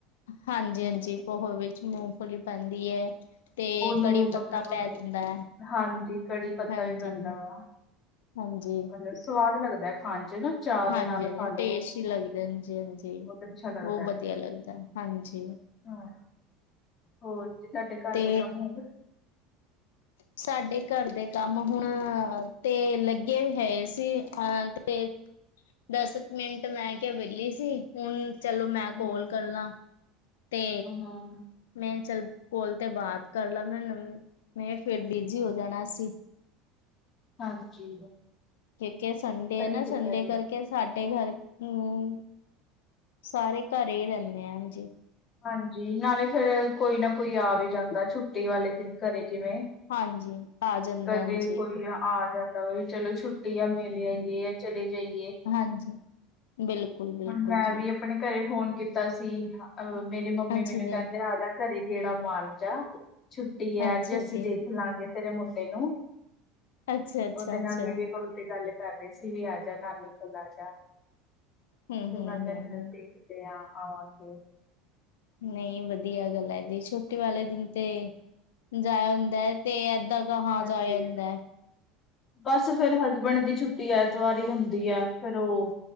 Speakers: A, on the left (about 85°); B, on the left (about 35°).
A: ਹਾਂਜੀ-ਹਾਂਜੀ, ਪੋਹੇ ਵਿੱਚ ਮੂੰਫਲੀ ਪੈਂਦੀ ਐ। 'ਤੇ
B: ਉਹਨੂੰ
A: ਕੜੀ
B: ਮਤਲਬ
A: ਪੱਤਾ ਪੈ ਜਾਂਦੈ,
B: ਹਾਂਜੀ ਕੜੀ ਪੱਤਾ
A: ਹਾਂਜੀ।
B: ਵੀ ਪੈਂਦਾ
A: <inaudible>
B: ਵਾ।
A: ਹਾਂਜੀ,
B: ਮਤਲਬ ਸਵਾਦ ਲੱਗਦਾ ਹੈ ਖਾਣ ਚ ਨਾ ਚਾਹ
A: ਹਾਂਜੀ,
B: ਦੇ ਨਾਲ ਖਾ ਲੋ
A: ਟੇਸਟੀ ਲੱਗਦੇ, ਹਾਂਜੀ-ਹਾਂਜੀ।
B: ਬਹੁਤ ਅੱਛਾ ਲੱਗਦਾ
A: ਬੋਹ
B: ਹੈ।
A: ਵਦੀਆ ਲੱਗਦੈ, ਹਾਂਜੀ।
B: ਹਾਂ ਹੋਰ ਜੀ, ਤਾਡੇ ਘਰ
A: ਤੇ
B: ਦੇ ਕੰਮ ਹੋਗੇ।
A: ਸਾਡੇ ਘਰ ਦੇ ਕੰਮ ਹੁਨ ਹੋਨ 'ਤੇ ਲੱਗੇ ਹੋਏ ਸੀ, ਹਾਂ 'ਤੇ। ਦਸ ਕੁ ਮਿੰਟ ਮੈਂ ਕਿਆ ਵੇਲੀ ਸੀ, ਹੁਨ ਚਲੋ ਮੈਂ
B: ਹਾਂ।
A: ਕੋਲ ਕਰ ਲਾਂ। ਤੇ
B: ਹਾਂ।
A: ਮੈਂ ਚੱਲ, ਕੋਲ ਤੇ ਬਾਤ ਕਰ ਲਾ ਮੈ, ਮੈਂ ਫੇਰ ਬੀਜੀ ਹੋ ਜਾਨਾ ਸੀ।
B: ਹਾਂਜੀ।
A: ਕਿਉਂਕਿ ਸੰਡੇ
B: ਸਹੀ
A: ਐ ਨਾ,
B: ਕੀਤਾ
A: ਸੰਡੇ
B: ਜੇ।
A: ਕਰਕੇ ਸਾਡੇ ਘਰ ਨੂੰ, ਸਾਰੇ ਘਰੇ ਈ ਰੈਨੇ ਆ, ਹਾਂਜੀ।
B: ਹਾਂਜੀ, ਨਾਲੇ ਫੇਰ ਕੋਈ ਨਾ ਕੋਈ ਆ ਵੀ ਜਾਂਦੈ ਛੁੱਟੀ ਵਾਲੇ ਦਿਨ ਘਰੇ, ਜਿਵੇਂ।
A: ਹਾਂਜੀ, ਆ ਜਾਦੈ,
B: ਕਦੇ
A: ਹਾਂਜੀ।
B: ਕੋਈ ਆ ਜਾਂਦਾ ਵੀ, ਚਲੋ ਛੁੱਟੀ ਆ, ਮਿਲ ਆਈਏ। ਚਲੇ ਜਾਈਏ,
A: ਹਾਂਜੀ ਬਿਲਕੁਲ ਬਿਲਕੁਲ
B: ਹੁਨ ਮੈਂ
A: ਜੀ
B: ਵੀ ਅਪਨੇ ਘਰੇ ਫੋਨ ਕੀਤਾ ਸੀ, ਅ ਮੇਰੀ ਮੰਮੀ
A: ਅੱਛਾ
B: ਮੈਨੂੰ
A: ਜੀ
B: ਕੈਂਦੇ ਆਜਾ ਘਰੇ। ਗੇੜਾ ਮਾਰਜਾ, ਛੁੱਟੀ ਏ
A: ਅੱਛਾ
B: ਅੱਜ। ਅਸੀਂ
A: ਜੀ
B: ਦੇਖ ਲਾਂਗੇ ਤੇਰੇ ਮੁੰਡੇ ਨੂੰ।
A: ਅੱਛਾ ਅੱਛਾ
B: ਓਦੇ
A: ਅੱਛਾ
B: ਨਾਲ ਵੀਡੀਓ ਕੋਲ 'ਤੇ ਗੱਲ ਕਰ ਰੇ ਸੀ ਵੀ ਆਜਾ ਨਾਨੀ ਕੋਲ ਆਜਾ।
A: ਹਮ
B: 'ਤੇ
A: ਹਮ
B: ਮਾਤਾ
A: ਹਮ
B: ਕਰਦੀ 'ਤੇ ਆ ਆਵਾਂਗੇ।
A: ਨਈ, ਵਦੀਆ ਗੱਲ ਐ ਜੀ। ਛੁੱਟੀ ਵਾਲੇ ਦਿਨ ਤੇ, ਜਾਇਆ ਹੁੰਦੈ। 'ਤੇ ਐਦਾਂ ਕਹਾ
B: ਹਾਂਜੀ
A: ਜਾਯਾ ਹੁੰਦੈ।
B: ਬਸ ਫੇਰ ਹਸਬੈਂਡ ਦੀ ਛੁੱਟੀ ਐਤਵਾਰ ਈ ਹੁੰਦੀ ਐ, ਫੇਰ ਓ,